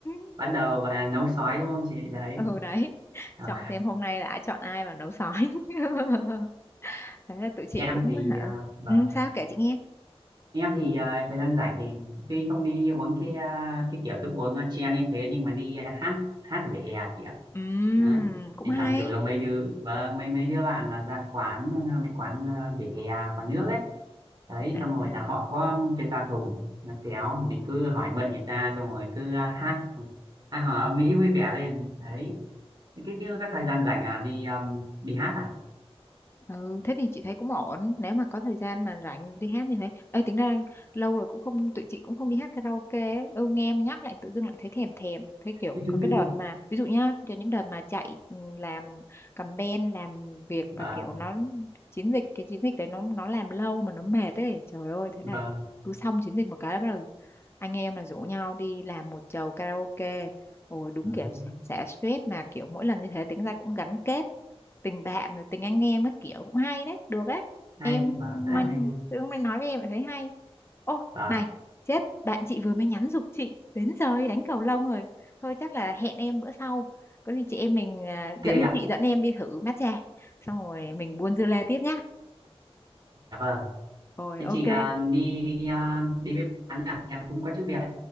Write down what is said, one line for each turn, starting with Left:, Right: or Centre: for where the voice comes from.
Left: <laughs>
Right: bắt đầu gọi là nấu sói đúng không chị đấy
Left: <laughs> ừ đấy
Right: à,
Left: chọn xem hôm nay đã chọn ai vào nấu sói <laughs> thế là tụi chị
Right: em
Left: cũng
Right: thì
Left: hả
Right: à, vâng
Left: ừ, sao kể chị nghe
Right: em thì à, thời gian rảnh thì tuy không đi uống cái à, cái kiểu thức uống à, chen như thế nhưng mà đi à, hát hát ở vỉa hè chị ạ
Left: Ừm,
Right: đó.
Left: cũng
Right: Thì
Left: hay
Right: tháng rủ mấy đứa vâng mấy mấy đứa bạn là ra quán ờ, mấy quán ờ, vỉa hè quán nước ấy đấy
Left: à
Right: xong rồi là họ có trên loa thùng nó kéo mình cứ hỏi mượn người ta xong rồi cứ ờ, hát à, hò âm mỹ vui vẻ lên đấy cái cái, cái, cái thời gian rảnh là đi um, đi hát à
Left: Ừ, thế thì chị thấy cũng ổn nếu mà có thời gian mà rảnh đi hát như thế ơi tính ra lâu rồi cũng không tụi chị cũng không đi hát karaoke ấy. ừ, nghe em nhắc lại tự dưng lại thấy thèm thèm thấy kiểu
Right: <laughs>
Left: có cái đợt mà ví dụ nhá cho những đợt mà chạy ừ, làm campaign làm việc
Right: vâng
Left: và kiểu nó chiến dịch cái chiến dịch đấy nó nó làm lâu mà nó mệt ấy trời ơi thế là
Right: vâng
Left: cứ xong chiến dịch một cái là bắt đầu anh em là rủ nhau đi làm một chầu karaoke ôi đúng
Right: vâng.
Left: kiểu xả stress mà kiểu mỗi lần như thế tính ra cũng gắn kết tình bạn rồi tình anh em các kiểu cũng hay đấy được đấy
Right: hay
Left: em
Right: vâng rất
Left: mà
Right: là hay luôn
Left: tự hôm nay nói với em lại thấy hay ô
Right: vâng
Left: này chết bạn chị vừa mới nhắn giục chị đến giờ đi đánh cầu lông rồi thôi chắc là hẹn em bữa sau có gì chị em mình à,
Right: ok
Left: dẫn
Right: ạ
Left: chị dẫn em đi thử matcha xong rồi mình buôn dưa lê tiếp nhá
Right: dạ vâng
Left: rồi
Right: thế
Left: ok
Right: chị ờ, đi ờ, đi với bạn nhá em cũng có chút việc đây.